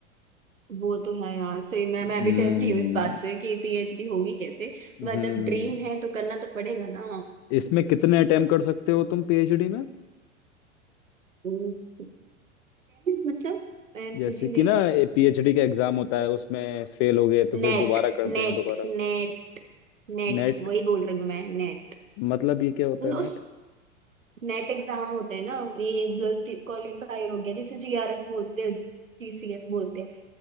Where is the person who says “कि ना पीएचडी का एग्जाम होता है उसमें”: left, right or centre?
Left